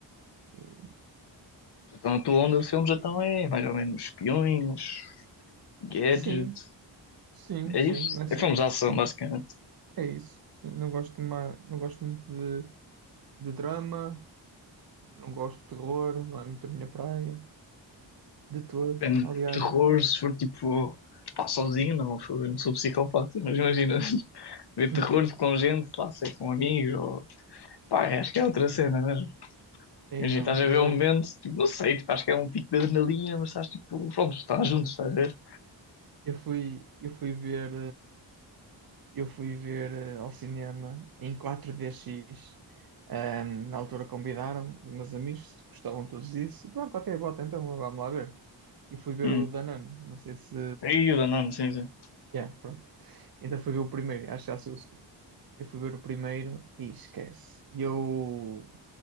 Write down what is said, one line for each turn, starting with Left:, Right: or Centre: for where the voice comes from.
Right: E,
Left: Então a tua onda
Right: e-
Left: de filmes
Right: e-
Left: então é mais ou menos espiões, gadget.
Right: sim, sim,
Left: É
Right: sim,
Left: isso?
Right: nessa,
Left: É filmes de ação,
Right: sim,
Left: basicamente.
Right: é isso. Sim, não gosto, ma- não gosto muito de, de drama, não gosto de terror, não é muito a minha praia, de todo.
Left: Depende
Right: Aliás,
Left: de terror, se for tipo, pá, sozinho, não, fogo, eu não sou psicopata, mas imagina, <laughs> ver
Right: <laughs>
Left: terror com gente, lá, sei, com amigos, ou, pá, é, acho que é outra cena mesmo.
Right: aí
Left: Imagina,
Right: não,
Left: estás a
Right: eu,
Left: ver um momento, tipo, não sei, tipo, acho que é um pico de adrenalina, mas estás tipo, pronto, estás junto, estás a ver?
Right: eu fui, eu fui ver. Eu fui ver eh, ao cinema em 4DX. Ahm, na altura convidaram os meus amigos, gostavam todos disso. E pronto, ok, bota, então vamos lá ver. E fui ver
Left: Hum,
Right: o Danone. Não sei se.
Left: aí, não, sim, sim,
Right: Yeah, pronto. Então fui ver o primeiro, acho que já saiu o segundo. Eu fui ver o primeiro e esquece. Eu